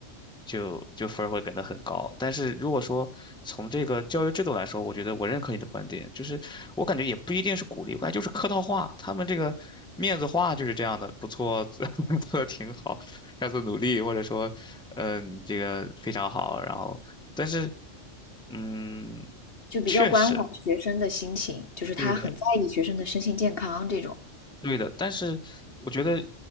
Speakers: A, in the centre; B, on the left (about 50°).
A: 就就分儿会给得很高。但是如果说从这个教育制度来说，我觉得我认可你的观点，就是我感觉也不一定是鼓励，我感觉就是客套话，他们这个面子话就是这样的，不错，<laughs> 做的挺好，下次努力，或者说，嗯、你这个非常好，然后但是嗯，
B: 就比较关怀学生的心情，
A: 确实。
B: 就是他很在意学生的身心健康这种。
A: 对的，对的，但是我觉得，